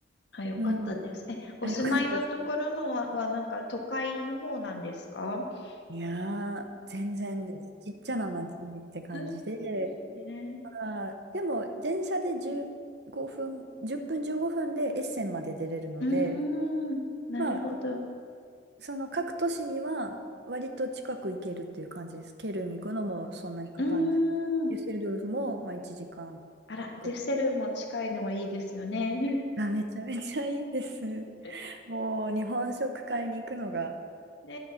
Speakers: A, on the left (about 70°); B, on the right (about 65°).
A: あ、よかったです。
B: うん。
A: え、お住まいのところのは、
B: あ、よかった
A: はなんか都会の方なんですか <laughs>
B: いやー、全然です。ちっちゃな町って感じで、
A: あそうですね。
B: まあー、でも電車で15分、10分15分でエッセンまで出れるので、
A: うーん。なるほど。
B: まあ、
A: う
B: その各都市には割と近く行けるっていう感じです。ケルン行くのもそんなにかかんない。
A: ーん。
B: デュッセルドルフもまあ1時間
A: あら、デュッセルも近いのはいいですよね。
B: ぐらい。あ、めちゃめちゃいいです。
A: <laughs>
B: もう日本食買いに行くのが
A: ね